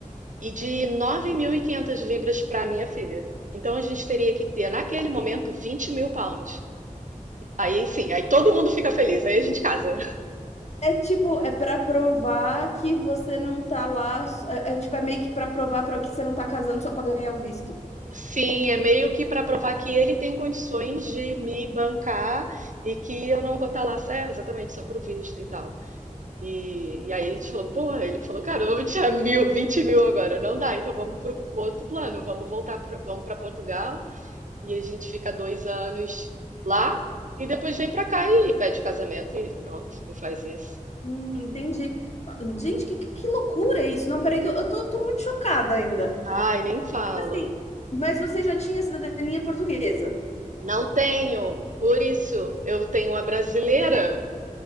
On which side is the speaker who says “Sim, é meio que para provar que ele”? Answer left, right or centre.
Right